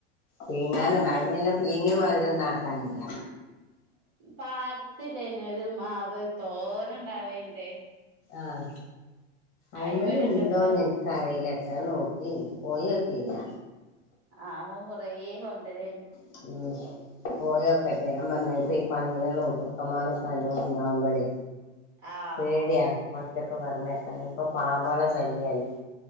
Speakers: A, on the left (about 35°); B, on the right (about 35°).
A: പീങ്ങാനും
B: അന്ന്
A: കഴിഞ്ഞ കൊല്ലം പീങ്ങ്യ മാതിരി ആക്കാന് ഒന്നും ഇല്ല
B: പാടത്ത് ഇല്ലെന്യാെ ഒര് മാവ് തോനെ ഇണ്ടാവല്ണ്ട്
A: ആഹ് അയ്മല്
B: അയിമല്ണ്ടപ്പ
A: ഇണ്ടോന്ന് എൻ ക്കറിയിലട്ടൊ നോക്കിയില്ല പോയൊ ക്കിയില്ല
B: ആഹ് ഓ കൊറേ കൊണ്ടെരെണ്ട്
A: ഉം പോയൊക്കെട്ടെ ഞാൻ പറഞ്ഞ് ലെ ഈ പന്ന്യാളും കുറക്കമാരും ഒക്കെ നല്ലോം ഇണ്ടാവുമ്പോളേ
B: ആഹ്
A: പേടിയാ ഒറ്റക്ക് പറഞ്ഞേക്കാന് ഇപ്പൊ പാമ്പളെ ശല്യല്ലേ